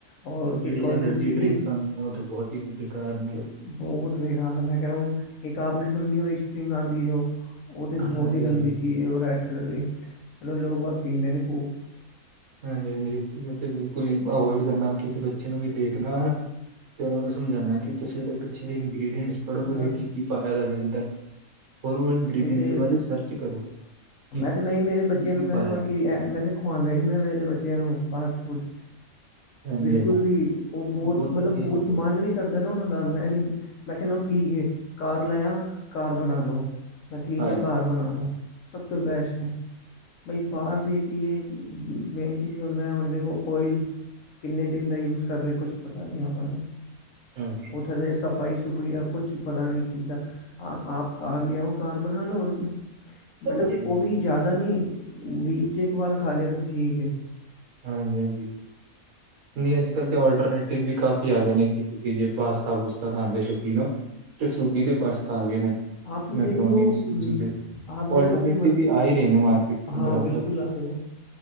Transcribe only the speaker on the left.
ਔਰ
ਇੱਕ ਕੋਲਡ
ਡਰਿੰਕ ਪੀ
ਲੀ।
ਬਹੁਤ ਬੇਕਾਰ, ਮੈਂ ਕੈ ਰਾ ਹੂੰ ਇੱਕ ਆਪ ਨੇ ਸੁਨੀ ਓ ਸਟਰਿੰਗ ਆਉਂਦੀ ਜੋ। ਓ ਤੇ ਬਹੁਤ
ਹੀ ਗੰਦੀ
ਚੀਜ਼ ਐ, ਓ ਰੈੱਡ ਕਲਰ ਦੀ ਮਲਬ ਲੋਕ ਬਹੁ ਪੀਂਦੇ ਨੇ ਖੂਬ।
ਬਸ
ਉਹੀ ਤੇ
ਮੈਂ
ਤੇ ਮੈਂ ਹੀ ਮੇਰੇ ਬੱਚਿਆਂ
ਨੂੰ ਕਹਿੰਦਾ
ਵਾਂ
ਕਿ ਮੈਂ ਤੇ ਖੁਵਾਂਦਾ ਈ ਨੀ ਮੈਂ ਮੇਰੇ ਬੱਚਿਆਂ ਨੂੰ ਫਾਸਟ ਫੂਡ
ਬਿਲਕੁਲ
ਈ। ਉ ਬੌਤ
ਮਲਬ
ਬੌਤ
ਮਨ ਵੀ ਕਰਦਾ ਨਾ ਉਨਾਂ ਦਾ ਮੈਂ ਨੀ ਮੈਂ ਕਹਿਨਾ ਕੀ ਏ ਘਰ ਲੇਆ, ਘਰ ਬਣਾ ਲੋ। ਮੈਂ ਠੀਕ
ਏ ਘਰ ਬਣਾ ਲੈ ਸਭ ਤੋਂ ਬੈਸਟ ਐ। ਬਈ ਬਾਅਰ ਦੇ ਕੀ ਏ ਮੇਨ ਚੀਜ਼ ਹੁੰਦਾ ਐ, ਓਂਦੇ ਕੋਲ ਓਇਲ। ਕਿੰਨੇ ਦਿਨ ਦਾ ਯੂਜ਼ ਕਰ ਰੇ ਕੁਛ ਪਤਾ ਨੀ ਆਪਾਂ ਨੂੰ।
ਓਥੇ ਤੇ ਸਫ਼ਾਈ, ਸਫੂਈ ਦਾ ਕੁਛ ਪਤਾ ਨਈ ਕਿੱਦਾ ਆ ਆਪ ਘਰ ਲਿਆਓ। ਘਰ ਬਨਾ ਲੋ ਔਰ ਕੀ
ਬਟ ਓ ਵੀ ਜ਼ਿਆਦਾ ਨੀ ਵੀਕ 'ਚ ਇੱਕ ਵਾਰ ਖਾ ਲਿਆ ਤਾਂ ਠੀਕ ਐ।
ਆਪ ਦੇਖ
ਲਓ
ਮ-
ਆਪ ਦੇਖ
ਲਓ ਕਿ ਮਲ
ਹਾਂ,
ਬਿਲਕੁਲ ਆ ਰੇ ਨੇ